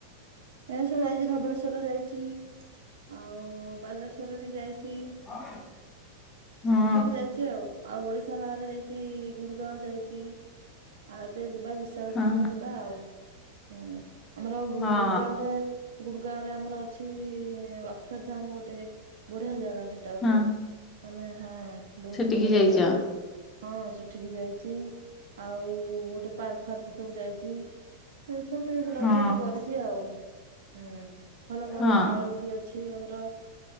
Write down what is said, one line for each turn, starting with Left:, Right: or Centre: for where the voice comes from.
Right: ଏସବୁ ଯାଇଚି ଧବଳେଶ୍ଵର ଯାଇଚି ଆଉ ବାଲେ ଶ୍ବରବି ଜାଇଚି।
Left: <unintelligible>
Right: <inaudible>
Left: ହଁ
Right: ଏମିତିସବୁ ଯାଇଚି ଆଉ ଆଉ ଓଡିଶା ବାହାରେ ଯାଇଚି ଗୁଡ଼ଗାଁ ଯାଇଚି। ଆଉ ଏବେ ଯିବା ବିଶାଖାପାଟଣା
Left: ହଁ
Right: ଯିବା ଆଉ ହୁଁ ଆମର
Left: ହଁ
Right: ଗୁଡଗାଁରେ ଗୁଡ଼ ଗାଁରେ ଆମର ଅଛି ଅକ୍ଷରଧାମ ଗୋଟେ ବଢ଼ିଆ ଜାଗା ସେଟା ଗୋଟେ
Left: ହଁ
Right: ମାନେ ହଁ ବହୁତ୍
Left: ସେଠିକି
Right: ବଢ଼ିଆ
Left: ଯାଇଛ
Right: ଜାଗା। ହଁ ସେଠିକି ଯାଇଛି ଆଉ ଗୋଟେ ପାର୍କ ଫାର୍କ ସବୁ ଯାଇଛି। ଏନ୍ତି ସବୁ ଟିକେ ବୁଲାବୁଲି
Left: ହଁ
Right: ବୁଲି କରିଚି ଆଉ ଉଁ ଭଲ ଭଲ
Left: ହଁ
Right: ମଲ୍ ବି ଅ ଛି ଆମର।